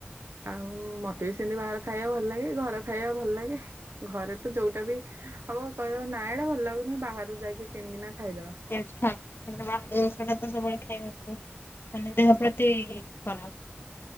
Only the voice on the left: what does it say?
ମାନେ ବାହାଷଟା ତ ସବୁବେଳେ ଖାଇବା ମାନେ ଦେହ ପ୍ରତି ଖରାପ।